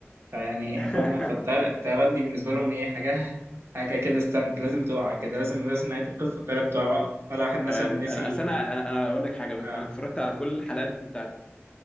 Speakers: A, on the right; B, on the left.
A: فيعني
B: <laughs>
A: فهم فالطيارات دي بالنسبه لهم ايه حاجه حاجه كده استنت لازم تقع كده لازم لازم نهايه القصه الطياره بتقع مره واحد مثلا
B: انا
A: نسي
B: اصل انا انا أنا اقول لك حاجه كنت-
A: آه،
B: انا اتفرجت على كل الحلقات بتاعت